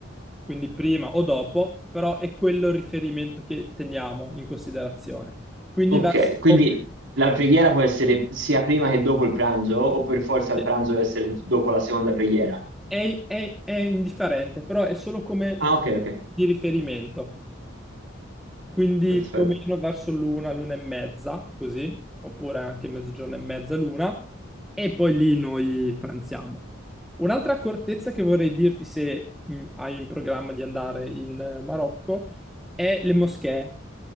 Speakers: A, in the centre; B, on the right.
A: quindi prima o dopo, però è quello il riferimento che teniamo in considerazione. Quindi
B: ok.
A: verso
B: Quindi Quindi, la preghiera può essere sia prima che dopo il pranzo, o per forza il
A: sì,
B: pranzo deve essere dopo la seconda preghiera?
A: è, è- è indifferente, però è solo come
B: Ah,
A: diciamo,
B: ok, ok,
A: di riferimento, quindi
B: perfetto.
A: più o meno verso l'una, l'una e mezza, così, oppure anche mezzogiorno e mezza, l'una, e poi lì noi pranziamo. Un'altra accortezza che vorrei dirti se mh, hai in programma di andare in eh, Marocco è le moschee,